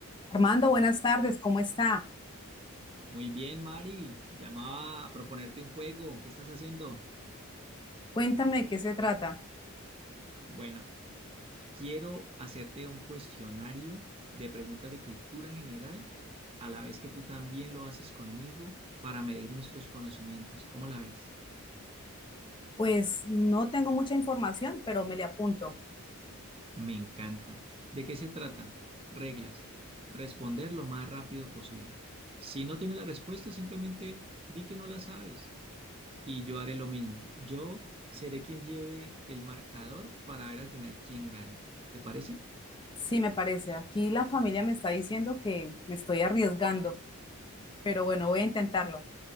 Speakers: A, on the left (about 20°); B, on the right (about 25°).
A: Armando, buenas tardes, ¿cómo está?
B: Muy bien, Mari. Llamaba a proponerte un juego. ¿Qué estás haciendo?
A: Cuéntame de qué se trata.
B: Bueno, quiero hacerte un cuestionario de preguntas de cultura general, a la vez que tú también lo haces conmigo para medir nuestros conocimientos. ¿Cómo la ves?
A: Pues no tengo mucha información, pero me le apunto.
B: Me encanta. ¿De qué se trata? Reglas. Responder lo más rápido posible. Si no tienes la respuesta, simplemente di que no la sabes. y yo haré lo mismo. Yo seré quien lleve el marcador para ver al final quién gana. ¿Te parece?
A: Sí, me parece. Aquí la familia me está diciendo que me estoy arriesgando, pero bueno, voy a intentarlo.